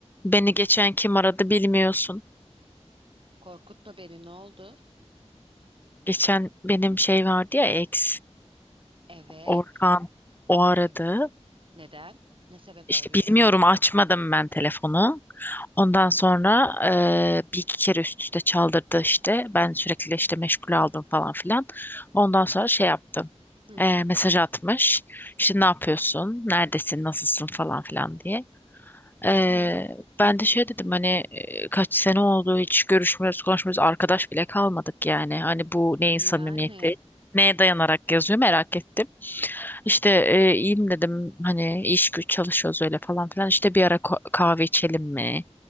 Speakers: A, on the left; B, on the right.
A: Beni geçen kim aradı bilmiyorsun.
B: Korkutma beni ne oldu?
A: Geçen benim şey vardı ya ex
B: Evet.
A: Orhan o aradı.
B: Evet. Neden? Ne sebebi
A: İşte
B: arıyor
A: bilmiyorum
B: seni?
A: açmadım ben telefonu. Ondan sonra eee, bir iki kere üst üste çaldırdı işte. Ben sürekli işte meşgul aldım falan filan. Ondan sonra şey yaptım.
B: Hı
A: Eee, mesaj atmış. İşte ne yapıyorsun? Neredesin? Nasılsın falan filan diye. Eee,
B: hı.
A: ben de şey dedim hani eee, kaç sene oldu hiç görüşmüyoruz konuşmuyoruz arkadaş bile kalmadık yani hani bu neyin
B: E
A: samimiyeti
B: Yani
A: neye dayanarak yazıyor merak ettim işte eee, iyiyim dedim hani iş güç çalışıyoruz öyle falan filan işte bir ara ko- kahve içelim mi